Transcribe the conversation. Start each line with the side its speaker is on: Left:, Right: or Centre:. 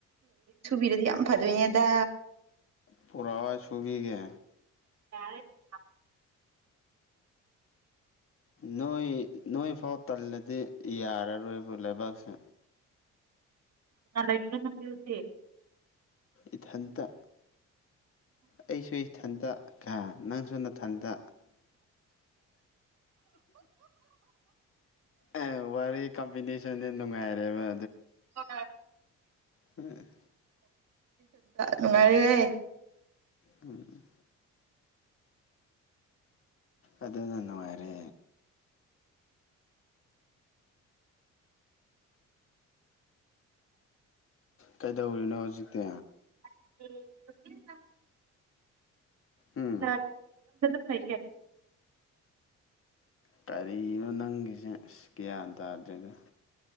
Right: ꯁꯨꯕꯤꯔꯗꯤ ꯌꯥꯝ ꯐꯗꯣꯏꯅꯦꯗ
Left: ꯄꯨꯔꯋꯥ ꯆꯕꯤꯤꯒ
Right: ꯀꯔ ꯊ
Left: ꯅꯣꯏ ꯅꯣꯏ ꯐꯥꯎ ꯇꯜꯂꯗꯤ ꯌꯥꯔꯔꯣꯏꯕ ꯂꯩꯕꯥꯛꯁꯦ
Right: ꯏ ꯌꯨꯁꯦ
Left: ꯏꯊꯟꯇ ꯑꯩꯁꯨ ꯏꯊꯟꯇ ꯀ ꯅꯪꯁꯨꯅ ꯊꯟꯗ ꯑ ꯋꯥꯔ ꯀꯝꯕꯤꯅꯦꯁꯟꯁꯦ ꯅꯨꯡꯉꯥꯏꯔꯦꯕ
Right: ꯍ
Left: ꯎꯝ
Right: ꯅꯨꯡꯉꯥꯏꯔꯦ
Left: ꯎꯝ ꯑꯗꯨꯅ ꯅꯨꯡꯉꯥꯏꯔꯦ ꯀꯩꯗꯧꯔꯤꯅꯣ ꯍꯧꯖꯤꯛꯇꯤ
Right: <inaudible>
Left: ꯎꯝ
Right: ꯎ ꯌꯨꯝꯗ ꯑꯗꯨꯝ ꯐꯩꯒꯦ
Left: ꯀꯔꯤꯅꯣ ꯅꯪꯒꯤꯁꯦ ꯑ ꯒ꯭ꯌꯥꯟ ꯇꯥꯗ꯭ꯔꯦꯗ